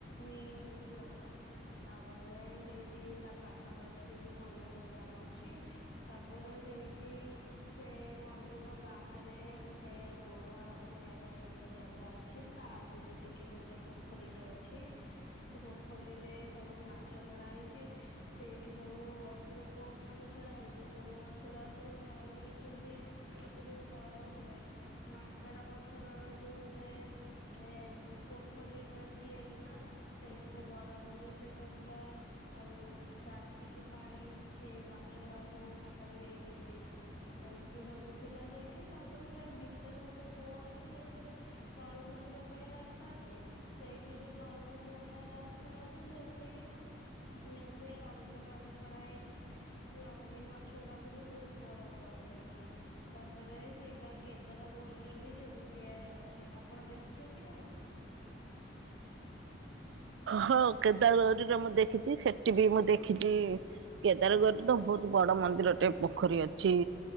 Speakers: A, on the left; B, on the right.
A: ମିଲ୍ ଗୁଡାକ। ତାପରେ ସେଇଠି ତା ପାଖାପାଖି ବି ଭଲ ଦୋକାନ ଅଛି। ତାପରେ ସେଇଠି, ସେ ମନ୍ଦିର ବାହାରେ ଗୋଟେ ଗୋଡ ଧୋଇବା ପାଇଁ ଗୋଟେ ଜାଗା ଅଛି। ତା ଆଗକୁ ଟିକେ ଗୋଟେ ପୋ ପୋଖରୀଟେ ଅଛି ସେ ପୋଖରୀରେ ସବୁ ମାଛ ଛଡା ହେଇଛି। ସେଇଠି ସବୁ ଅଧିକ କଉ ମାଛ ଛଡା ହେଇଛି। କଉ ମାଛଗୁରା ସବୁ ମରିଯାଇଛନ୍ତି। ଯୋଉ ଗରମରେ ମାଙ୍କଡା ପଥରର ଯୋଉ ସେ ଏ ପୋଖରୀରେ ତିଆରି ନା। ସେଥିରେ ଗରମରେ ସେଇଟା ପୁରା ଆ ତାତିକି ପାଣି ଫି-ମାଛ ଗୁଡାକ ସବୁ ମରି ଯାଇଛନ୍ତି। ଏମ୍ତି ସବୁ ଥିଲା ସେଇଠି। ତା ପରେ ସେ ଭିତରେ ଗୋଟେ କୂଅ ଅଛି, ସେଇଥିରେ ତଳକୁ ଯିବା ପାଇଁ ରାସ୍ତା ଅଛି। ସେଇଠି ଯୋଉ ତଳକୁ ଯିବା ପାଇଁ ରାସ୍ତା ଅଛି। ସେଇଠି ମେଞ୍ଚେ ରଙ୍ଗୀନ୍ ମାଛ ଛଡା ହେଇଛି। ସେ ରଙ୍ଗୀନ୍ ମାଛ ଗୁଡାକୁ ବି ବହୁତ ବଡ ବଡ ହେଇଚନ୍ତି। ତାପରେ ସେଇଟା କେଦାର ଗୌରୀରେ ବି ସେମିତିଆ ଅଛି। ଆପଣ ଦେଖିଛନ୍ତି କଣ?
B: ହଁ କେଦାର ଗୌରୀରେ ମୁଁ ଦେଖିଛି। ସେଠି ବି ମୁଁ ଦେଖିଛି, କେଦାରଗୌରୀ ତ ବହୁତ ବଡ ମନ୍ଦିରଟେ, ପୋଖରୀ ଅଛି।